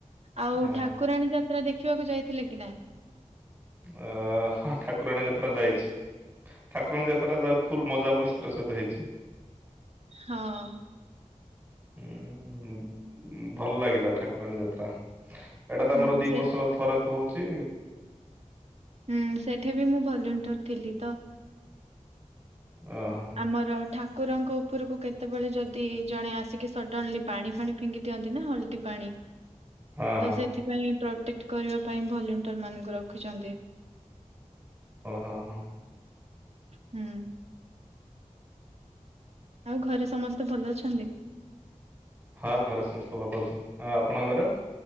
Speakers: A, on the right; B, on the right.
A: ଆଉ
B: ଅ
A: ଠାକୁରାଣୀ ଯାତ୍ରା ଦେଖିବାକୁ ଯାଇଥିଲେ କି ନାଇଁ?
B: ଅ ଠାକୁରାଣୀ ଯାତ୍ରା ଯାଇଛି। ଠାକୁରାଣୀ ଯାତ୍ରା ସେଟ ଯାହା ଫୁଲ ମଜା ମସ୍ତିର ସହିତ ହେଇଛି।
A: ହଁ
B: ହୁଁ ଉମ୍ ଭଲ ଲାଗିଲା, ଠାକୁରାଣୀ ଯାତ୍ରା। ଏଇଟା ତ
A: ହୁଁ
B: ଆମର ଦି
A: ସେଇ
B: ବର୍ଷର ଥରେ ତ ହଉଛି
A: ହୁଁ, ସେଠି ବି ମୁଁ ଭଲେଣ୍ଟର ଥିଲି ତ
B: ଓହୋ।
A: ଆମର ଠାକୁରଙ୍କ ଉପରକୁ କେତେବେଳେ ଯଦି ଜଣେ ଆସିକି ସଡନଲି ପାଣି ଫାଣି ପିଙ୍ଗି ଦିଅନ୍ତି ନା, ହଳଦୀ ପାଣି
B: <inaudible> ହଁ
A: ତ ସେଥିପାଇଁ ପ୍ରୋଟେକ୍ଟ କରିବା ପାଇଁ ଭଲିଣ୍ଟରମାନଙ୍କୁ ରଖିଛନ୍ତି।
B: ଓହୋ, ହଁ।
A: ହୁଁ। <inaudible> ଆଉ ଘରେ ସମସ୍ତେ ଭଲ ଅଛନ୍ତି?
B: ହଁ ଘରେ ସମସ୍ତେ ଭଲ ଅଛନ୍ତି। ହଁ ଆପଣଙ୍କ ଘରେ?